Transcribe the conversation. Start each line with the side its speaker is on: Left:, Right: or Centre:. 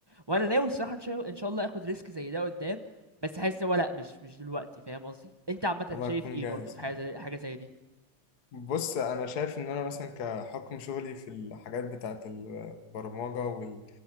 Right: وانا ناوي الصراحه ان شاء ان شاء الله اخد ريسك زي ده قدام بس حاسس ان هو لا مش مش دلوقتي فاهم قصدي انت عامه
Left: لما
Right: شايف
Left: تكون
Right: ايه
Left: جاهز
Right: برضه في
Left: يعني.
Right: حاجه زي حاجه زي دي
Left: بص انا شايف ان انا مثلا كحكم شغلي في الحاجات بتاعه البرمجه وال